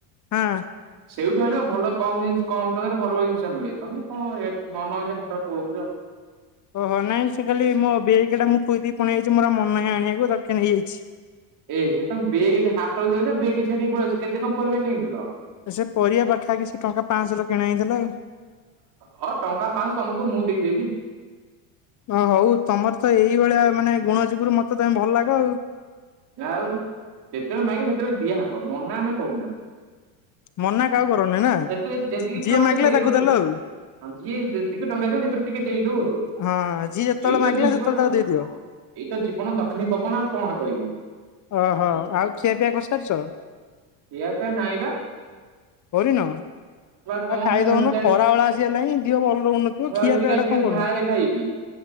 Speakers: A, on the left; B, on the right.
A: ହଁ।
B: ସେଇଠୁ ଆଣିବ ଭଲ କମ୍ ଜିନିଷ କମ୍ ଟଙ୍କାରେ ଭଲ ଜିନିଷ ମିଳେ ତମେ କଣ ଏ ମନ ଇଚ୍ଛା ହାଟ ପଲୋଉଛ
A: ଓହୋ ନାଇଁ ସେ ଖାଲି ମୋ ବେଗ୍ ଟା ମୁଁ ଥୋଇଦେଇକି ପଳେଇ ଆଇଛି ମୋର ଆଉ ମନେ ନାହିଁ ଆଣିବାକୁ ତାକୁ କିଏ ନେଇଯାଇଛି।
B: ଏହେ ତମେ ବେଗ୍ ଟା ହାଟକୁ ଯାଉଛ ବେଗ୍ ଛାଡିକି ପଳେଇଆଉଛ କେତେ କଣ ପରିବା କିଣିଥିଲ?
A: ସେ ପରିବା ପାଖା ପାଖି ସେ ଟଙ୍କା ପାଞ୍ଚଶହ କିଣା ହେଇଥିଲା ଆଉ
B: ହଉ ଟଙ୍କା ପାଞ୍ଚଶହ ତମକୁ ମୁଁ ଦେଇଦେବି।
A: ଅ ହଉ ତମର ତ ଏଇଭଳିଆ ମାନେ ଗୁଣ ଯୋଗୁରୁ ମତେ ତମେ ଭଲ ଲାଗ ଆଉ
B: ଆଉ ଯେତେବେଳେ ମାଗିବ ସେତେବେଳେ ଦିଆହବ ମନା ଆମେ କରୁନୁ।
A: ମନା କାହାକୁ କରନି ନା
B: ଯେତେ ଯେତିକି ଇଚ୍ଛା
A: ଯିଏ
B: ହଉଛି
A: ମାଗିଲା
B: ଦେଇଦଉ
A: ତାକୁ
B: ଟିକେ।
A: ଦେଲ ଆଉ
B: ହଁ ଯିଏ ଯେତିକି ଟଙ୍କା ଦୋଉ ସେଥିରୁ ଟିକେ ଦେଇଦଉ ଆଉ
A: ହଁ ଯିଏ ଯେତେବେଳେ
B: ଏଇତ
A: ମାଗିଲା
B: ଜୀବନ
A: ସେତେବେଳେ ତାକୁ
B: ଆଉ
A: ଦେଇଦିଅ।
B: କଣ ଏଇ ତ ଜୀବନ ଦକ୍ଷିଣୀ ପବନ ଆଉ କଣ କହିବି।
A: ଓହୋ ଆଉ ଖିଆ ପିଆ କରିସାରିଛ?
B: ଖିଆ ପିଆ ନାଇଁ ପା।
A: କରିନ?
B: କଣ
A: ଆ ଖାଇଦଉନୁ
B: ଖାଇ ଭାବିଛି
A: ଖରା ବେଳ ଆସିକି ହେଲାନି ଦିହ ଭଲ ରହୁନଥିବ
B: ମୁଁ ଭାବୁଛି
A: ଖିଆ
B: ଟିକେ
A: ପିଆ
B: ଆଜି
A: ଗୁଡା
B: ଟିକେ
A: କଣ
B: ବାହାରେ
A: କରୁନୁ।
B: ଖାଇବି।